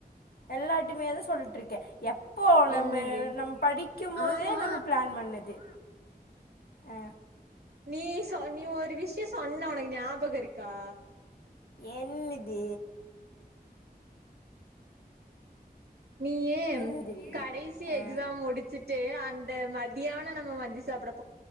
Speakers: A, on the left (about 70°); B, on the right (about 80°).
A: எல்லார்ட்டைமே தா சொல்ட்ருக்கே எப்போ நம்ம
B: என்னது
A: நம்ம படிக்கு போதே
B: ஆமா
A: நம்ம பிளான் பண்ணது ஆ
B: நீ சொ நீ ஒரு விஷ்ய சொன்ன உனக்கு ஞாபக இருக்கா
A: என்னுது
B: நீயி
A: என்னதுடி
B: கடைசி
A: ஆ
B: எக்ஸாம் முடிச்சுட் அந்த மதியான நம்ம மந்தி சாப்பிட